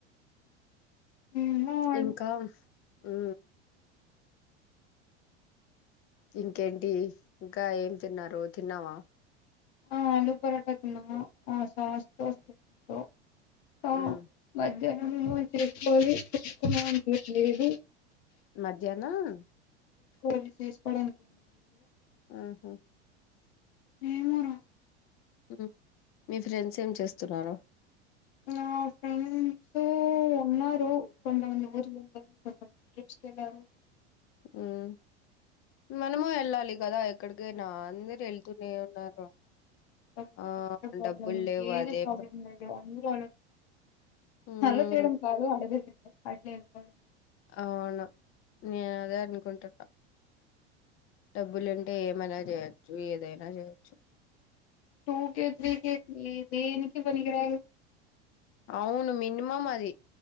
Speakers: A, on the left; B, on the left.
A: ఏమో వాళ్ళు
B: ఇంకా ఉ ఇంకేంటి ఇంకా ఏం తిన్నారు తిన్నావా
A: ఆ ఆలూ పరాటా తిన్నా సాస్ <unintelligible> ఆ
B: ఉమ్
A: మధ్యాహ్నము <unintelligible>
B: మధ్యానం
A: గది తీసుకోవడానికి <unintelligible>
B: మ్ హు
A: ఏమో రా
B: మ్ మీ ఫ్రెండ్స్ ఏం చేస్తున్నారు?
A: నా ఫ్రెండ్స్ ఉన్నారు కొంతమంది ఊరు వెళ్ళారు. లా <unintelligible>
B: మ్ మనము వెళ్ళాలి కదా ఎక్కడికైనా అందరూ వెళ్తూనే ఉన్నారు.
A: బ్ల
B: ఆ
A: బ
B: డబ్బులు లేవు అదే
A: ప్రాబ్లం లేదు అందరూ
B: ఉమ్
A: అలో చేయడం కాదు అడగ అట్లే వెళ్ళిపోవడం.
B: అవును నేను అదే అనుకుంటున్నా. డబ్బులు ఉంటే అంటే ఏమైనా చేయొచ్చు ఏదైనా చేయొచ్చు.
A: టూ కేే త్రీ కే దేనికి పనిరాదు.
B: అవును మినిమం అది